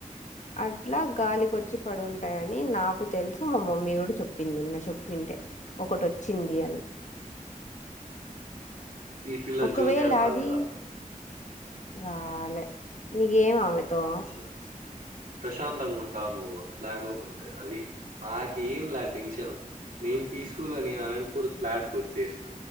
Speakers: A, on the left; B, on the right.
A: అట్లా గాలికి వచ్చి పడు ఉంటాయని నాకు తెలుసు మా మమ్మీ కూడా చెప్పింది నిన్న చెప్పింటే ఒకటి ఒచ్చింది అని
B: ఈ పిల్ల
A: ఒకవేళ
B: జూనియర్ రాలేదా
A: అది రాలే నీకేం అమెతో
B: సో ప్రశాంతంగా ఉంటావు నువ్వు లేకోకుంటే అది నాకు ఏం లే టెన్షన్ నేను పీస్ఫుల్ గా నేను అనంతపూర్ ఫ్లాట్ కు వచ్చేసిన